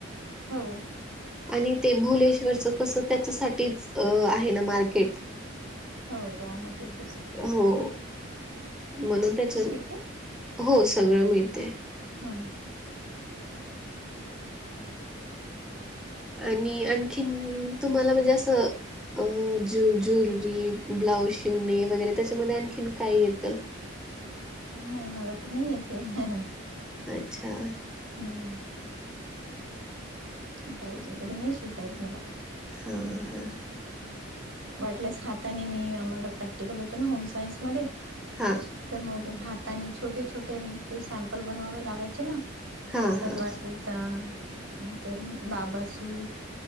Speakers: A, on the right; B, in the centre.
A: हो.
B: आणि ते भुलेश्वरच कसं? त्याच्यासाठीच आहे ना मार्केट.
A: हो. रॉ मटेरियलसाठी.
B: हो. म्हणून त्याच
A: तिथे?
B: हो सगळं मिळते.
A: हम्म
B: आणि आणखीन तुम्हाला म्हणजे अस अ ज ज्वुलरी ब्लाऊज शिवणे वगैरे त्याच्यामध्ये आणखीन काय येत?
A: नाही मला तर नाही येत काही.
B: अच्छा
A: हम्म ब्लाऊज वगैरे नाही शिवता येत मला.
B: हां हां
A: वाटल्यास हाताने मी आम्हाला प्रक्टिकल होत ना होम सायन्स मध्ये.
B: हा
A: तर मग हातानी छोटे छोटे ते सॅम्पल बनवावे लागायचे ना
B: हां,
A: तर सलवार
B: हां.
A: कुर्ता नंतर बाबा सूट.